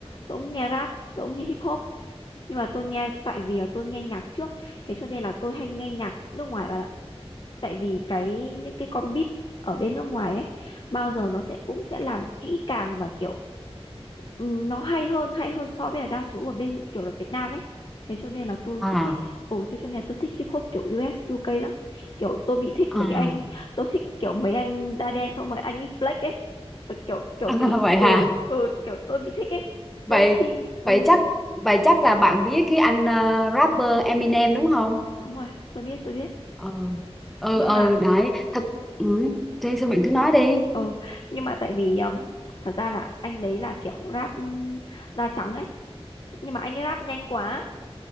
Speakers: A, on the left (about 50°); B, in the centre.
A: tôi cũng nghe rap tôi cũng nghe hip hop nhưng mà tôi nghe tại vì là tôi nghe nhạc trước thế cho nên là tôi hay nghe nhạc nước ngoài bạn ạ tại vì cái những cái con beat ở bên nước ngoài ấy bao giờ nó sẽ cũng sẽ làm kỹ càng và kiểu ừ, nó hay hơn hay hơn so với là đa số ở bên kiểu là Việt Nam ấy thế cho nên là tôi
B: à
A: cứ thích ồ thế cho nên là tôi thích hip hop kiểu US UK lắm kiểu tôi bị thích
B: à
A: mấy cái anh tôi thích kiểu mấy anh da đen xong mấy anh ấy flex ấy Tôi kiểu kiểu
B: <laughs>
A: bị
B: À, vậy
A: ừ
B: hả?
A: ừ kiểu tôi bị thích ấy
B: Vậy
A: đôi khi ừ
B: vậy chắc vậy chắc là bạn biết cái anh ờ, rapper Eminem đúng không?
A: đúng rồi tôi biết tôi biết
B: Ừ. Ừ
A: nhưng
B: ừ
A: mà
B: đấy, thật ừ, thế sao bạn cứ nói đi.
A: ừ nhưng mà tại vì um, thật ra là anh đấy là kiểu rap um, da trắng ấy nhưng mà anh ấy rap nhanh quá